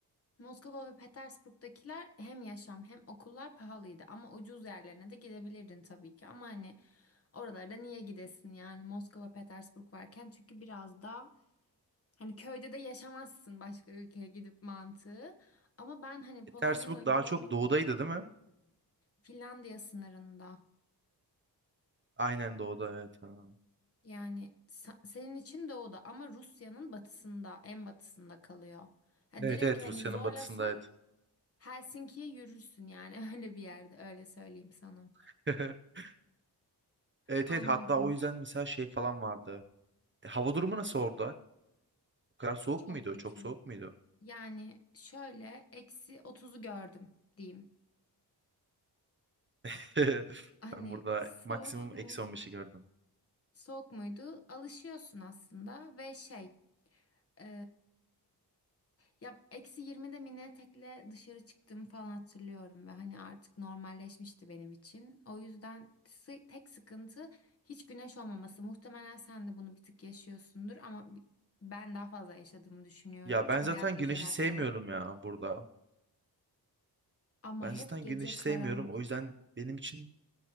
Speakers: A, on the left; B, on the right.
A: Moskova ve Petersburg'dakiler hem yaşam hem okullar pahalıydı ama ucuz yerlerine de gidebilirdin tabii ki. Ama hani oralarda niye gidesin yani Moskova, Petersburg varken çünkü biraz da Hani köyde de yaşamazsın başka ülkeye gidip mantığı. Ama ben hani Polonya'nın
B: E, Petersburg
A: uygun
B: daha
A: olduğu
B: çok doğudaydı değil mi?
A: Finlandiya sınırında.
B: Aynen doğuda evet. ha.
A: Yani sa- senin için doğuda ama Rusya'nın batısında, en batısında kalıyor. Ha,
B: Evet
A: direkt
B: evet
A: hani
B: Rusya'nın
A: zorlasan
B: batısında evet.
A: Helsinki'ye yürürsün yani <laughs> öyle bir yerde öyle söyleyeyim sana.
B: <laughs> Evet
A: Anladım.
B: evet hatta o yüzden mesela şey falan vardı. E, hava durumu nasıl orada? O kadar soğuk
A: Çok
B: muydu?
A: kötü.
B: Çok soğuk muydu?
A: Yani şöyle eksi 30'u gördüm diyeyim.
B: <laughs>
A: Hani
B: Ben burada maksimum
A: soğuk mu?
B: eksi on beş'i gördüm.
A: Soğuk muydu? Alışıyorsun aslında ve şey Eee, ya eksi 20'de mini etekle dışarı çıktığımı falan hatırlıyorum ve hani artık normalleşmişti benim için. O yüzden sı- tek sıkıntı hiç güneş olmaması. Muhtemelen sen de bunu bir tık yaşıyorsundur ama bi- ben daha fazla yaşadığımı düşünüyorum.
B: Ya
A: Çünkü
B: ben zaten
A: beyaz geceler
B: güneşi sevmiyorum
A: falan.
B: ya burada.
A: Ama
B: Ben
A: hep
B: zaten
A: gece
B: güneşi
A: karanlık.
B: sevmiyorum. O yüzden benim için